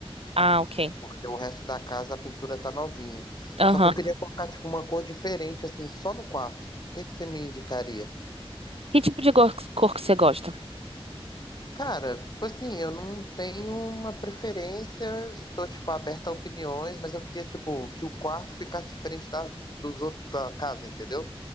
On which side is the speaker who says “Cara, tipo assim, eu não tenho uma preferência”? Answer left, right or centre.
Left